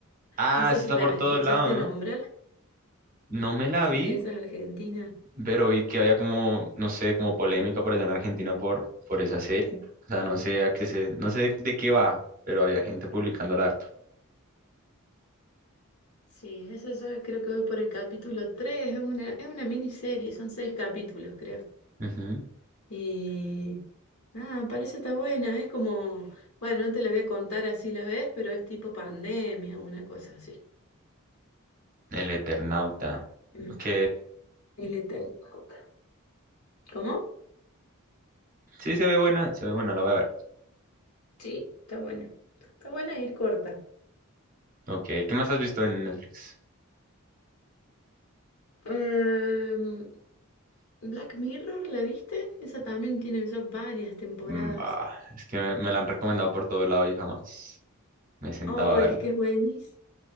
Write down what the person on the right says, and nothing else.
Ah,
eso
está
por todo
lado,
¿no? No me la
vi,
pero vi que había como, no sé, como polémica por allá en Argentina por, por esa serie. O sea, no sé a qué se, no sé de qué va, pero había gente publicándola harto.
Ujú.
El Eternauta.
Ok.
Sí, se ve buena, se ve buena, la voy a ver.
Ok, ¿qué más has visto en Netflix?
Mm, bah, es que me, me la han recomendado por todo lado y jamás me sentaba
a verla.